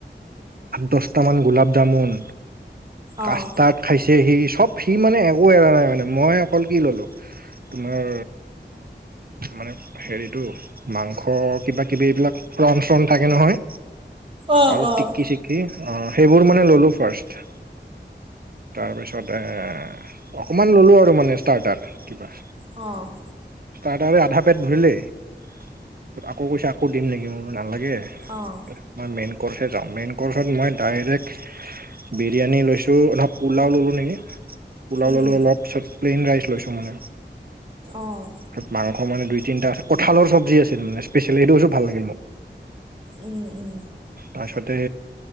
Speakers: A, on the right; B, on the right.
A: দহট মান গোলাপ জামুন, কাষ্টাৰ
B: অঁ
A: খাইছে সি সব সি মানে একো এৰা নাই মানে মই অকল কি ললো। তোমাৰ মানে হেৰিটো মাংস, কিবা কিবি এইবিলাক ৰণ চন থাকে নহয়
B: অঁ
A: আৰু
B: অঁ
A: টিকি- চিকি অ সেইবোৰ মানে ললো ফাৰ্ষ্ট। তাৰপিছত এ অকণমান ল'লো আৰু মানে ষ্টাৰ্টাৰ, কিবা
B: অঁ
A: ষ্টাৰ্টাৰে, আধা পেট, ভৰিলেইছত আকৌ কৈছে আকৌ দিম নেকি মোৰে ভাল লাগে।
B: অঁ
A: মই মেইন কৰ্ছে যাম মেইন কৰ্ছত মই ডাইৰেক্ট বিৰিয়ানী, লৈছোঁ নহ পোলাও ল'লোঁ নেকি? পুলাও
B: উম
A: ললো অলপ পিত প্লেইন ৰাইচ, লৈছো মানে
B: অঁ
A: তত মাংস, মানে দুই তিনিটা আছে কঁঠালৰ, চব্জি আছিল মানে স্পেচিয়েল এইটোছ ভাল লাগে মোক।
B: ওম ওম
A: তাৰিছতে